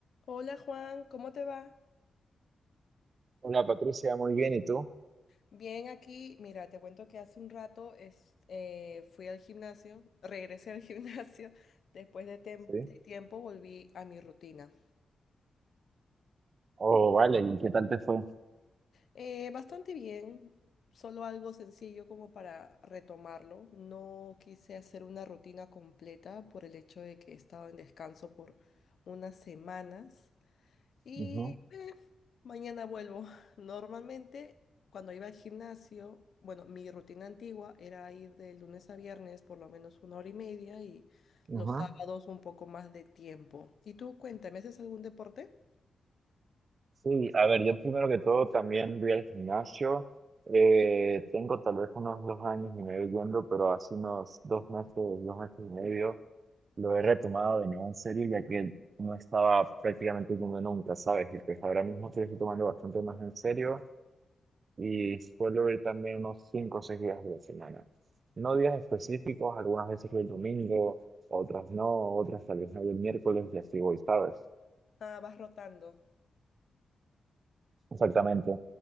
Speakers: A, on the left (about 55°); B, on the right (about 40°).
A: Hola Juan, ¿cómo te va?
B: Hola Patricia, muy bien, ¿y tú?
A: Bien, aquí, mira, te cuento que hace un rato es- eh, fui al gimnasio, regresé al <laughs> gimnasio, después de, tem-
B: Sí.
A: de tiempo volví a mi rutina.
B: Oh, vale, ¿y qué tal te fue?
A: Eh, bastante bien, solo algo sencillo como para retomarlo. No quise hacer una rutina completa por el hecho de que he estado en descanso por unas semanas. Y
B: Ujú,
A: eh, mañana vuelvo. Normalmente, cuando iba al gimnasio, bueno, mi rutina antigua era ir de lunes a viernes por lo menos una hora y media y
B: ujú.
A: los sábados un poco más de tiempo. Y tú, cuéntame, ¿haces algún deporte?
B: Sí, a ver, yo primero que todo también voy al gimnasio. Eh, tengo tal vez unos dos años y medio yendo, pero hace unos dos meses, dos meses y medio, lo he retomado de nuevo en serio, ya que no estaba prácticamente yendo nunca, ¿sabes? Y pues ahora mismo estoy tomando bastante más en serio. y suelo ir también unos 5 o 6 días de la semana. No días específicos, algunas veces voy el domingo, otras no, otras tal vez no voy el miércoles y así voy, ¿sabes?
A: Ah, vas rotando.
B: Exactamente,